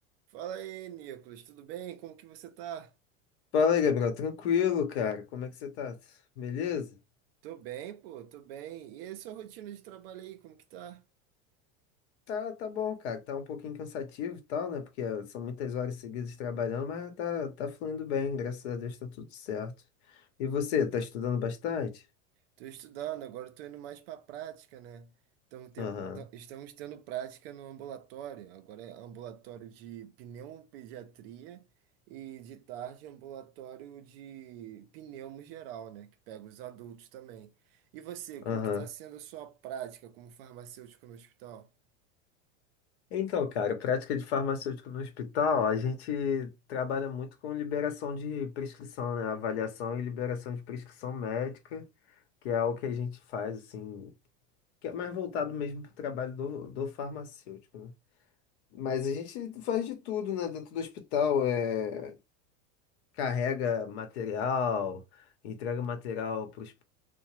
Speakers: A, on the right (about 60°); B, on the left (about 75°).
A: Fala aí, Nicolas, tudo bem? Como que você tá?
B: Fala aí, Gabriel. Tranquilo, cara. Como é que você tá? Beleza?
A: Tô bem, pô, tô bem. E aí, sua rotina de trabalho aí, como que tá?
B: Tá, tá bom, cara. Tá um pouquinho cansativo e tal, né? Porque eh, são muitas horas seguidas trabalhando, mas tá, tá fluindo bem. Graças a Deus tá tudo certo. E você, tá estudando bastante?
A: Tô estudando, agora tô indo mais pra prática, né? Estamos, te-
B: Aham,
A: ta- estamos tendo prática no ambulatório, agora é ambulatório de pneumopediatria e de tarde ambulatório de pneumo geral, né? Que pega os adultos também. E você, como
B: aham.
A: que tá sendo a sua prática como farmacêutico no hospital?
B: Então, cara, prática de farmacêutico no hospital, a gente trabalha muito com liberação de prescrição, né? Avaliação e liberação de prescrição médica, que é o que a gente faz, assim, que é mais voltado mesmo pro trabalho do, do farmacêutico, né? Mas a gente faz de tudo, né? Dentro do hospital, é... carrega material, entrega material para